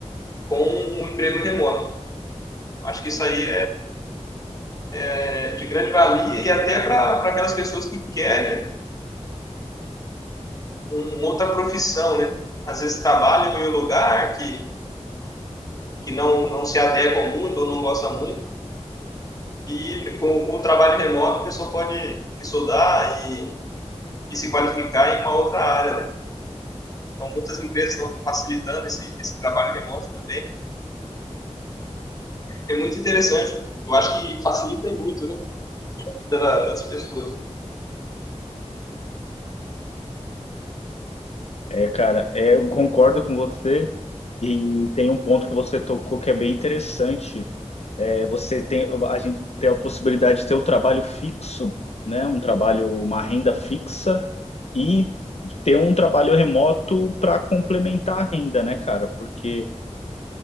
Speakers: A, on the left (about 30°); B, on the left (about 60°).
A: com um emprego remoto. Acho que isso aí é de grande valia e até para aquelas pessoas que querem um, uma outra profissão, né? Às vezes trabalham em um lugar que, que não, não se adequam muito ou não gostam muito e com, com o trabalho remoto a pessoa pode estudar e, e se qualificar em uma outra área, né? Então, muitas empresas estão facilitando esse, esse trabalho remoto também. É muito interessante. Eu acho que facilita muito, né? A vida das pessoas.
B: É, cara, é, eu concordo com você e tem um ponto que você tocou que é bem interessante. É, você tem, a gente tem a possibilidade de ter um trabalho fixo, né? Um trabalho, uma renda fixa e ter um trabalho remoto para complementar a renda, né, cara? Porque